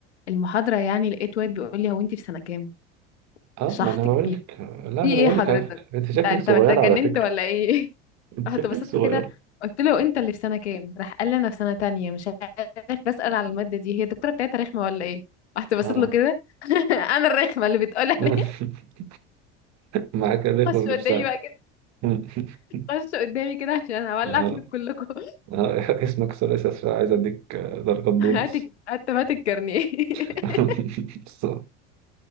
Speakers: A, on the left (about 85°); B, on the right (about 55°).
A: المحاضره يعني لقيت واد بيقول لي هو انت في سنه كام
B: اه
A: شحط
B: ما انا بقول
A: كبير
B: لك لا
A: في
B: ما
A: ايه
B: انا بقول
A: حضرتك
B: لك على فكره انت شكلك
A: انت انت
B: صغير
A: أنت اتجننت
B: على فكره
A: ولا ايه
B: انت
A: <laughs> رحت
B: شكلك
A: بصيت
B: صغير
A: له كده قلت له انت اللي في سنه كام راح قال لي انا في سنه تانية مش عارف بسال على الماده دي هي الدكتوره بتاعتها رخمه ولا ايه رحت بصيت
B: اه
A: له كده <laughs> انا الرخمه اللي بتقول
B: <laughs>
A: عليه
B: معاك
A: <laughs>
B: الرخوة
A: خش
B: بنفسها
A: قدامي بقى كده
B: <laughs>
A: خش قدامي كده عشان هولع
B: اه
A: فيكم كلكم <laughs>
B: اه اسمك ثلاثي أسفل عايز اديك آه، ضربة بونص
A: هات حتى هات الكارنيه هات
B: <laughs>
A: الكارنيه
B: بس